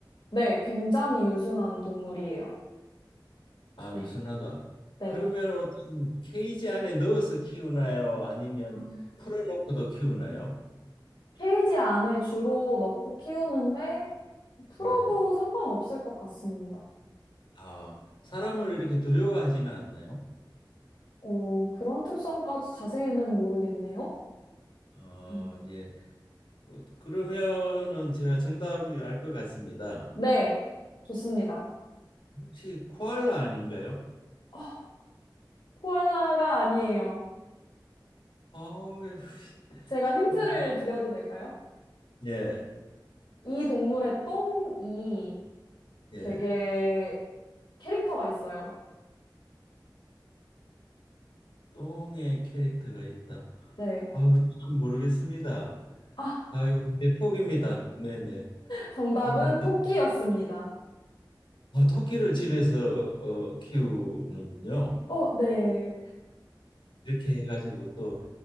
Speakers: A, on the left; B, on the left.
A: 네, 굉장히 유순한 동물이에요.
B: 아,
A: 네,
B: 유순하다.
A: 네.
B: 그러면 어떤 케이지 안에 넣어서 키우나요? 아니면
A: 아,
B: 풀어놓고도 키우나요?
A: 케이지 안에 주로 넣고 키우는데 풀어도
B: 네.
A: 상관없을 것 같습니다.
B: 아, 사람을 이렇게 두려워하지는 않나요?
A: 어, 그런 특성까지 자세히는 모르겠네요.
B: 어,
A: 음.
B: 예. 어, 그러면은 제가 정답이 알 것 같습니다.
A: 네, 좋습니다.
B: 혹시 코알라 아닌가요?
A: 어, 코알라가 아니에요.
B: 아, 예. <laughs>
A: 제가 힌트를
B: 큰일 났-
A: 드려도 될까요?
B: 예,
A: 이 동물의 똥이
B: 예.
A: 되게 캐릭터가 있어요.
B: 똥에 캐릭터가 있다.
A: 네.
B: 아우 좀 모르겠습니다.
A: 아,
B: 아이고 이제 포기입니다. 네네.
A: 정답은
B: 근데
A: 토끼였습니다.
B: 아, 토끼를 집에서 어, 키우는군요.
A: 어, 네.
B: 이렇게 해가지고 또